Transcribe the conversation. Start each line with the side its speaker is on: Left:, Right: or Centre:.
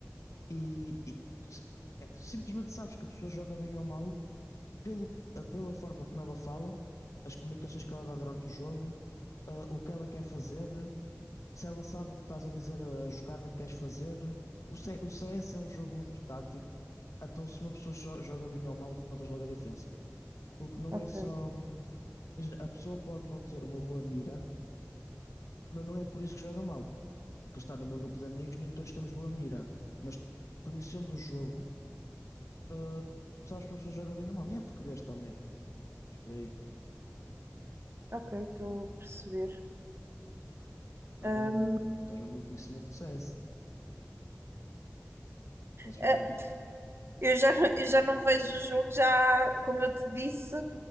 Left: E, e s- é- simplesmente sabes que a pessoa joga bem ou mal pelo, a- pela forma como ela fala, as comunicações que ela dá durante o jogo, ah, o que ela quer fazer, se ela sabe o que estás a dizer, a jogada que queres fazer. O, C- o CS é um jogo muito tático, então se uma pessoa só joga bem ou mal, tu notas logo a diferença. Porque não
Right: Ok.
Left: é só. hum, Imagina, a pessoa pode não ter uma boa mira, mas não é por isso que joga mal. Porque está no meu grupo de amigos, nem todos temos boa mira. Mas conhecendo o jogo ah, tu sabes que uma pessoa joga bem ou mal. E é português também. Mas por aí.
Right: Ok, estou a perceber.
Left: Estás
Right: Ahm,
Left: mesmo, estás mesmo no conhecimento do CS. Conheces
Right: eh,
Left: mesmo o jogo.
Right: eu já, eu já não vejo o jogo, já, como eu te disse,